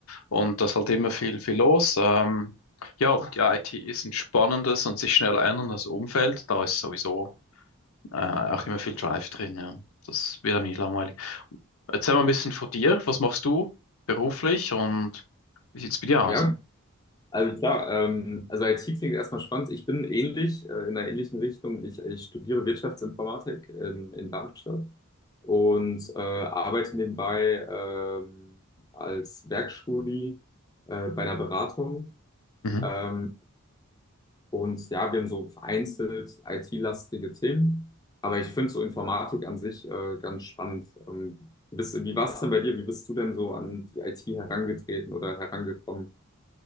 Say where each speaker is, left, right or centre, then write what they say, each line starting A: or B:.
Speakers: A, on the left; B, on the left.
A: Und da ist halt immer viel, viel los. Ähm, ja, die IT ist ein spannendes und sich schnell änderndes Umfeld. Da ist sowieso äh, auch immer viel Drive drin. Ja. Das wird einem nicht langweilig. Erzähl mal ein bisschen von dir. Was machst du beruflich und wie sieht's bei dir aus?
B: ja. Also klar, ähm, also IT klingt erstmal spannend. Ich bin ähnlich, äh, in einer ähnlichen Richtung. Ich, ich studiere Wirtschaftsinformatik in, in Darmstadt und äh, arbeite nebenbei ähm, als Werkstudie äh, bei einer Beratung.
A: Mhm.
B: Ähm, und ja, wir haben so vereinzelt IT-lastige Themen, aber ich finde so Informatik an sich äh, ganz spannend. Ähm, bist, wie war es denn bei dir? Wie bist du denn so an die IT herangetreten oder herangekommen?